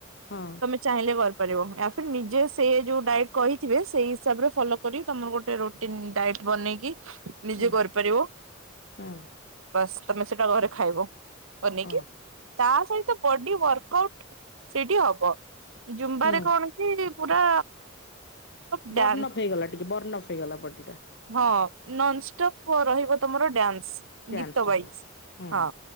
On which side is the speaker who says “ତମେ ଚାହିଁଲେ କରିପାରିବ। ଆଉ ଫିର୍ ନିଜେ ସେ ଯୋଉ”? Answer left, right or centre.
Right